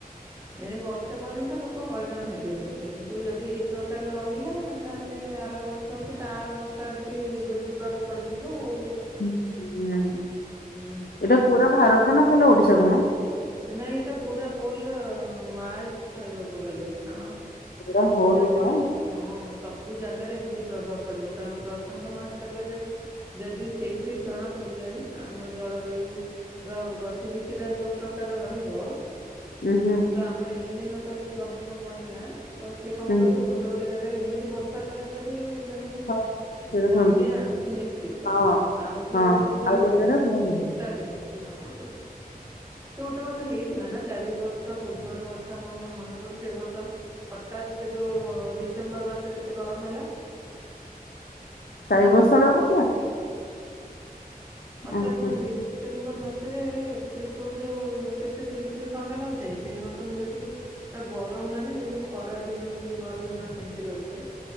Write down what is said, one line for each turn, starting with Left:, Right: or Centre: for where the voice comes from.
Right: ଏ ବର୍ଷେ ପର୍ଯ୍ୟନ୍ତ ଲୋକ ହଇରାଣ ହେବେନି କିନ୍ତୁ ଯଦି ଏଇ ପ୍ରକାର ରହିଲା ତାହେଲେ ତାର ବର୍ଷ କି ତା ଆର ବର୍ଷ ଆଡିକି ଦୁର୍ବିପାକ ପଡିଯିବ ଆଉ।
Left: ହୁଁ ଏଇଟା
Right: ହୁଁ
Left: ପୁରା ଭାରତ ନା ଖାଲି ଓଡିଶା କୁ ମ?
Right: ନାଇଁ ଏଇଟା ପୁରା ହୋଲ ୱାର୍ଡକୁ କହିବାକୁ ଗଲେ, କାରଣ
Left: ପୁରା
Right: ସେ ସବୁ
Left: ହୋଲ
Right: ଜାଗାରେ
Left: ବା
Right: ହଁ। ସବୁ ଜାଗାରେ ଏମତି ପ୍ରଭାବ ପଡିବ। କାରଣ ପ୍ରଶାନ୍ତ ମହାସାଗରରେ ଯଦି ସେଇଠୁ ହିଁ ଜଣା ପଡିଯାଏନି ଆମର ଜଳବାୟୁ ର ଗତିବିଧି ଟା ଯୋଉ ପ୍ରକାର ରହିବ
Left: ଉଁ ହୁଁ
Right: ତ ଆମର ଏଲିନଟା ଯୋଉ ପ୍ରଭାବ ପଡିଲା ତ ସିଏ କଣ
Left: ହୁଁ
Right: କରିବୁ ଗୋଟେ ଗୋଟେ ଜାଗାରେ ଏମିତି ବର୍ଷା କରେଇବ ଯେ ମାନେ
Left: ହଁ। ସେଇଟା
Right: ବନ୍ୟା
Left: ଶୁଣିଥିଲି
Right: ସୁନିଶ୍ଚିତ।
Left: ହଁ
Right: ଆଉ ପୁରା
Left: ହଁ
Right: ଗୋଟେ ଗୋଟେ ଜାଗାରେ
Left: ଆଉ
Right: ଟୋଟାଲି
Left: ପୁରା ମରୁଡି।
Right: ନାହିଁ। <unintelligible> ସେ ଗୋ ଗୋଟେ ବର୍ଷ ହେଇଥିଲା ନା ଚାରି ବର୍ଷ ପୂର୍ବର କଥା ମୋର ମନେ ପଡୁଛି ସେ ବର୍ଷ ହଠାତ୍ ଯୋଉ ଡିସେମ୍ବର ମାସରେ କେତେ ଗରମ ହେଲା।
Left: <inaudible> ଚାରି
Right: ମୁଁ
Left: ବର୍ଷ ର କଥା।
Right: ହଠତ୍
Left: ଉଁ ହୁଁ
Right: ନ ଡିସେମ୍ବର ମାସରେ ଏକତିରିଶ ବେଳକୁ ଯୋଉ କେତେ ଚିଲ ଚିଲ ଥଣ୍ଡା ଲାଗୁଥାଏ। ସେଇ ବର୍ଷ ମୁଁ ଦେଖିଛି ତା ଗରମ ମାନେ ଯେମତି ଖରା ଦିନ <unintelligible> ଯେମିତି ଗରମ ପୁରା ସେମିତି ଲାଗୁଥାଏ।